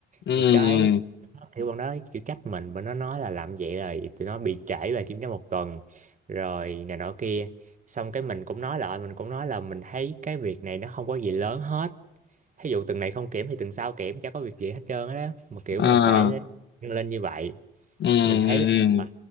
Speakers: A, on the left; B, on the right.
A: ừm,
B: thì cái thì bọn nó kiểu trách mình bọn nó nói là làm vậy là tụi nó bị trễ về kiểm tra một tuần rồi này nọ kia xong cái mình cũng nói lại mình cũng nói là mình thấy cái việc này nó không có gì lớn hết Thí dụ tuần này không kiểm thì tuần sau kiểm chả có việc gì hết trơn á mà kiểu
A: ờ,
B: mà phải lên lên như vậy
A: ừm,
B: mình thấy là